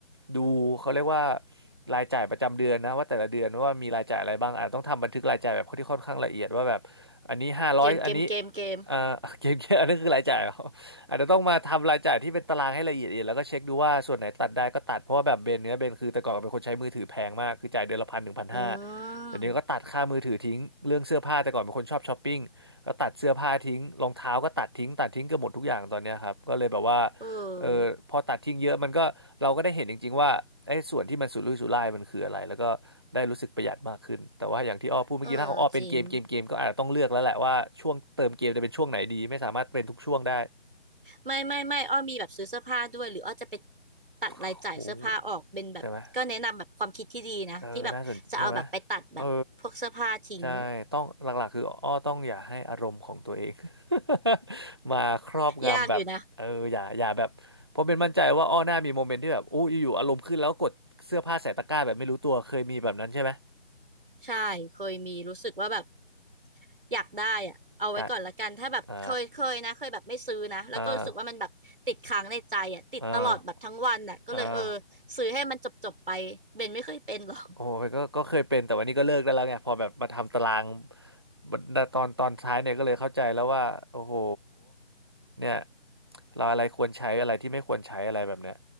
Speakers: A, on the right; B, on the right.
A: ดูเขาเรียกว่ารายจ่ายประจำเดือนนะว่าแต่ละเดือนว่ามีรายจ่ายอะไรบ้างอาจต้องทำบันทึกรายจ่ายแบบที่ค่อนข้างละเอียดว่าแบบอันนี้ห้าร้อยอันนี้
B: เกมเกมเกมเกม
A: เอ่อ <laughs> เกมเกมอันนั้นคือรายจ่าย <laughs> เหรออาจจะต้องมาทำรายจ่ายที่เป็นตารางให้ละเอียดๆแล้วก็เช็คดูว่าส่วนไหนตัดได้ก็ตัดเพราะว่าแบบเบนเนี้ยเบนคือแต่ก่อนเป็นคนใช้มือถือแพงมากคือจ่ายเดือนละพันถึงพันห้า
B: อื
A: เดี๋ยวนี้ก็ตัดค่ามือถือทิ้งเรื่องเสื้อผ้าแต่ก่อนเป็นคนชอบช้อปปิ้ง
B: ม
A: ก็ตัดเสื้อผ้าทิ้งรองเท้าก็ตัดทิ้งตัดทิ้งเกือบหมดทุกอย่างตอนเนี้ยครับก็เลยแบบว่า
B: เออ
A: เออพอตัดทิ้งเยอะมันก็เราก็ได้เห็นจริงๆว่าไอ้ส่วนที่มันสุรุ่ยสุร่ายมันคืออะไรแล้วก็ได้รู้สึกประหยัดมากขึ้นแต่ว่าอย่างที่อ้อพูดเมื่อกี้ถ้าของอ้อเป็นเกมเกมเกมก็อาจจะต้องเลือกแล้วแหละว่าช่วงเติมเกมจะเป็นช่วงไหนดีไม่สามารถเป็นทุกช่วงได้
B: เออจริง ไม่ไม่ไม่อ้อมีแบบซื้อเสื้อผ้าด้วยหรืออ้อจะไปตัดรายจ่ายเสื้อผ้าออกเป็นแบบก็แนะนำแบบความคิดที่ดีนะที่แบบจะเอาแบบไปตัดแบบพวกเสื้อผ้าทิ้ง
A: โอ้โหใช่ไหม เออน่าสนใช่ไหมเออใช่ต้องหลักๆคืออ้อ ต้องอย่าให้อารมณ์ของตัวเอง <laughs> มาครอบงำแบบเอออย่าอย่าแบบเพราะเป็นมั่นใจว่าอ้อหน้ามีโมเมนต์ที่แบบอู้อยู่ๆอารมณ์ขึ้นแล้วกดเสื้อผ้าใส่ตะกร้าแบบไม่รู้ตัวเคยมีแบบนั้นใช่ไหม
B: ยากอยู่นะใช่เคยมีรู้สึกว่าแบบอยากได้อะเอาไว้ก่อนละกันถ้าแบบเคยเคยนะเคยแบบไม่ซื้อนะแล้วก็รู้สึกว่ามันแบบติดค้างในใจอ่ะติดตลอดแบบทั้งวันอ่ะก็เลยเออ
A: การอ่าอ่าอ่าอ่า
B: ซื้อให้มันจบจบไปเบนไม่เคยเป็นหรอก
A: โอ้ยก็ก็เคยเป็นแต่วันนี้ก็เลิกได้แล้วไงพอแบบมาทำตารางบัดตอนตอนท้ายเนี่ยก็เลยเข้าใจแล้วว่าโอ้โหเนี่ยเราอะไรควรใช้อะไรที่ไม่ควรใช้อะไรแบบเนี้ย